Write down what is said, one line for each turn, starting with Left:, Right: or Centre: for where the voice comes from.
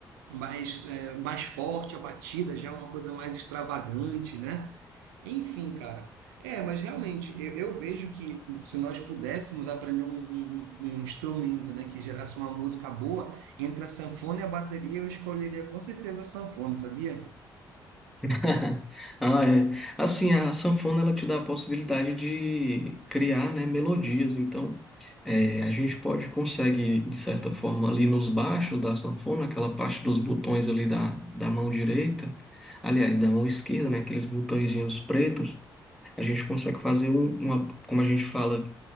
Right: Mais, é, mais forte a batida, já é uma coisa mais extravagante, né? Enfim, cara. É, mas realmente, eu, eu vejo que se nós pudéssemos aprender um, um- um um instrumento, né, que gerasse uma música boa, entre a sanfona e a bateria, eu escolheria com certeza a sanfona, sabia?
Centre: <laughs> Ah, é. Assim, a sanfona ela te dá a possibilidade de criar, né, melodias. Então, é, a gente pode consegue de certa forma ali nos baixos da sanfona, aquela parte dos botões ali da, da mão direita, aliás, da mão esquerda, né, aqueles botõezinhos pretos, a gente consegue fazer um- uma, como a gente fala,